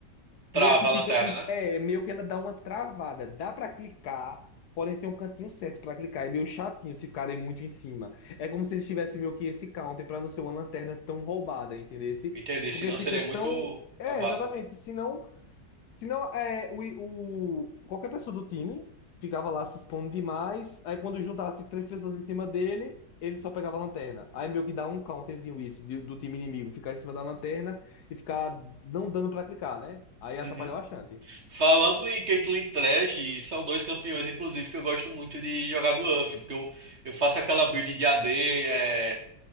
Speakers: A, on the right; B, on the left.
A: Trava
B: Meio que
A: a
B: fica.
A: lanterna,
B: e-
A: né?
B: É, meio que ela dá uma travada. Dá pra clicar, porém tem um cantinho certo pra clicar. É meio chatinho se ficarem muito em cima. É como se eles tivessem meio que esse counter pra não ser uma lanterna tão roubada, entendesse?
A: Entendi,
B: Porque
A: senão
B: fica
A: seria
B: tão.
A: muito
B: É,
A: roubado.
B: exatamente. senão Senão, é, o, o, qualquer pessoa do time ficava lá se expondo demais. Aí, quando juntasse três pessoas em cima dele, ele só pegava a lanterna. Aí, meio que dá um counterzinho isso de- do time inimigo, ficar em cima da lanterna e ficar não dando pra clicar, né? Aí
A: Uhum.
B: atrapalha bastante.
A: Falando em Caitlyn Trash, são dois campeões, inclusive, que eu gosto muito de jogar no UF, porque eu, eu faço aquela build de AD, é,